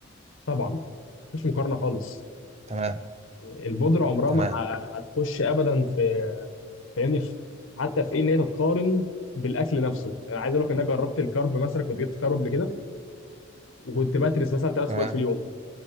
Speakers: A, on the left (about 70°); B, on the right (about 30°).
A: طبعا مفيش مقارنه خالص
B: تمام
A: البودره عمرها
B: تمام
A: ما ه- هتخش ابدا في فاهمني في- حتى في ايه ان هي تتقارن بالاكل نفسه يعني عايز اقول لك ان انا جربت الكارب مثلا كنت جبت كارب قبل كده وكنت بترس مثلا ثلاث
B: تمام
A: سكوات في اليوم